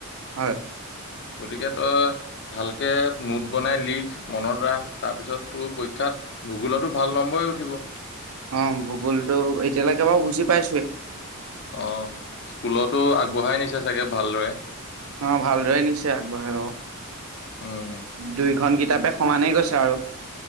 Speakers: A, on the right; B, on the left.
A: হয়
B: গতিকে তই ভালকে নোট বনাই লিখ মনত ৰাখ তাৰপিছত তোৰ পৰীক্ষাত ভুগোলতো ভাল নম্বৰে উঠিব
A: অঁ ভূগোলটো এতিয়ালৈকে বাৰু বুজি পাইছোয়ে।
B: অঁ স্কুলতো আগবঢ়াই নিছে চাগে ভালদৰে
A: অঁ ভালদৰে নিছে আগবঢ়াই বাউ
B: উম'
A: দুইখন কিতাপে সমানেই গৈছে আৰু